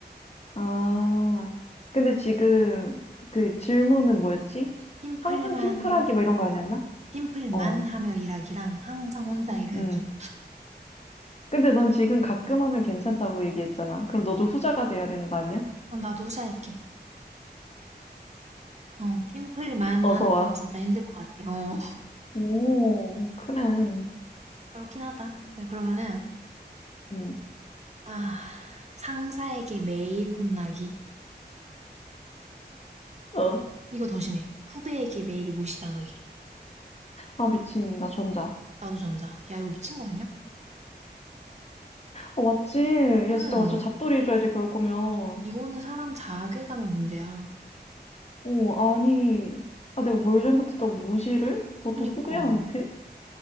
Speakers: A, on the left; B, on the right.
A: 아, 근데 지금 그 질문은 뭐였지?
B: 팀플만,
A: 항상 팀플하기 뭐 이런 거 아니었나?
B: 팀플만
A: 어,
B: 하며 일하기랑 항상 혼자 일하기.
A: 음. 근데 넌 지금 가끔 하면 괜찮다고 얘기했잖아. 그럼 너도 후자가 돼야 되는 거 아니야?
B: 어, 나도 후자할게. 어, 팀플만
A: 어서
B: 하는
A: 와.
B: 건 진짜 힘들 것 같아. 어, <laughs>
A: 오, 그래. 음,
B: 그렇긴 하다. 야, 그러면은,
A: 음.
B: 아, 상사에게 매일 혼나기.
A: 어,
B: 이거 더 심해. 후배에게 매일 무시당하기.
A: 아, 미친. 나 전자.
B: 나도 전자. 야, 이거 미친 거 아니야?
A: 어, 맞지?
B: 응.
A: 야, 진짜 맞죠? 잡돌이 해줘야지, 그럴 거면.
B: 이거는 사람 자괴감의 문제야.
A: 어, 아니. 아, 내가 뭘 잘못했다고 무시를? 그것도
B: 그니까.
A: 후배한테?